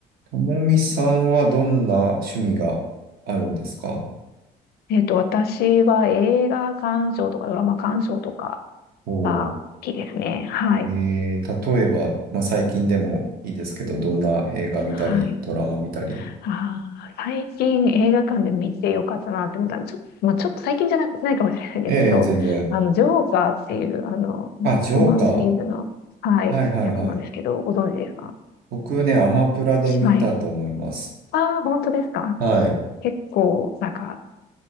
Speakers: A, on the right (about 60°); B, on the left (about 70°).
A: ともみさんはどんな趣味があるんですか
B: えっと、私は映画鑑賞とかドラマ鑑賞とか
A: おー
B: が好きですね。はい。
A: えー、例えば、まあ、最近でもいいですけど、どんな映画見たり、
B: はい。
A: ドラマ見たり。
B: あー、最近映画館で見てよかったなって思ったの。ちょっと、まあ、ちょっと最近じゃな、ないかもしれないんですけど、
A: ええ、全然。
B: <laughs> あの、ジョーカーっていう、あの、マットマンシリーズの、
A: あ、ジョーカ
B: はい、
A: ー。はいはいはい。
B: やつなんですけど、ご存知ですか
A: 僕ね、アマプラで見たと思います。
B: はい。ああ、本当ですか
A: はい。
B: 結構、なんか、